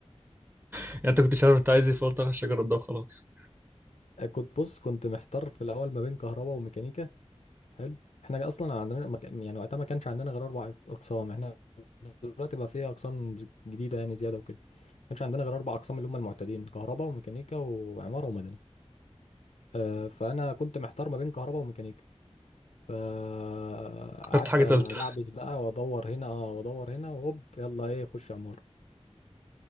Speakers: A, on the right (about 15°); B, on the left (about 75°).
A: يعني أنت كنتش عارف أنت عايز إيه فقلت أخش أجرب ده وخلاص
B: آه، كنت بص كنت محتار في الاول ما بين كهرباء وميكانيكا حلو احنا اصلا عندنا ما كان- يعني وقتها ما كانش عندنا غير اربع اقسام احنا دلوقتي بقى في اقسام جديده يعني زياده وكده ما كانش عندنا غير اربع اقسام اللي هم المعتادين كهرباء وميكانيكا وعماره ومدني آه، فانا كنت محتار ما بين كهرباء وميكانيكا فقعدت
A: اخترت حاجة
B: ادعبس
A: تالتة
B: بقى وادور هنا آه، وادور هنا وهوب يلا ايه خش عماره